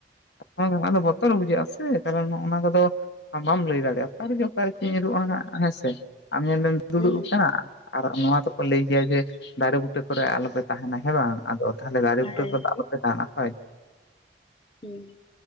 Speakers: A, on the left; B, on the left.
A: <unintelligible> ᱟᱫᱚ ᱵᱚᱛᱚᱨ ᱵᱩᱡᱷᱟᱹᱜ ᱟ ᱥᱮ ᱠᱟᱨᱚᱱ ᱱᱚᱜ ᱱᱚᱣᱟ ᱠᱚᱫᱚ ᱟᱢ ᱵᱟᱢ ᱞᱟᱹᱭ ᱫᱟᱲᱮᱭᱟᱜᱼᱟ, ᱚᱠᱟᱨᱮ ᱡᱮ ᱚᱠᱟᱨᱮ ᱪᱮᱫ ᱧᱩᱨᱩᱜ-ᱟ ᱦᱟᱸᱜ ᱦᱮᱸᱥᱮ ᱟᱢ ᱧᱮᱞᱢᱮ ᱫᱩᱲᱩᱵ
B: ᱦᱮᱸ
A: ᱟᱠᱟᱱᱟ ᱟᱨ ᱱᱚᱣᱟ ᱫᱚᱠᱚ ᱞᱟᱹᱭ ᱜᱮᱭᱟ ᱡᱮ ᱫᱟᱨᱮ ᱵᱩᱴᱟᱹ ᱠᱚᱨᱮ ᱟᱞᱚᱯᱮ ᱛᱟᱦᱮᱱᱟ ᱦᱮᱸ ᱵᱟᱝ, ᱟᱫᱚ ᱛᱟᱦᱚᱞᱮ ᱫᱟᱨᱮ
B: ᱦᱳᱭ
A: ᱵᱩᱴᱟᱹ ᱠᱚᱫᱚ ᱟᱞᱚᱯᱮ ᱛᱟᱦᱮᱱᱟ ᱦᱳᱭ᱾
B: ᱦᱩᱸ